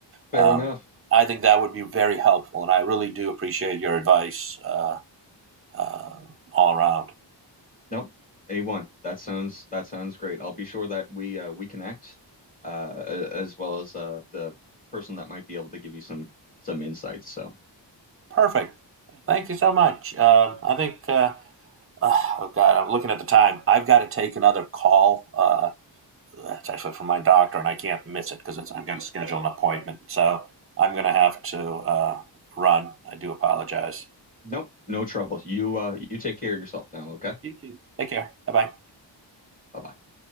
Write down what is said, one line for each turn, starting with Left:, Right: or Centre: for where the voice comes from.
Left: fair
Right: Um,
Left: enough.
Right: I think that would be very helpful, and I really do appreciate your advice uh, uh, all around.
Left: No, A1. That sounds that sounds great. I'll be sure that we uh, we connect uh, a- as well as uh, the person that might be able to give you some some insights. So,
Right: Perfect. Thank you so much. Um, I think, uh, uh, oh God, I'm looking at the time. I've got to take another call. Uh, it's actually from my doctor, and I can't miss it because I've got to schedule an appointment. So I'm going to have to uh, run. I do apologize.
Left: nope, no trouble. You uh, you take care of yourself now, okay?
Right: You too. Take care. Bye bye.
Left: Bye-bye.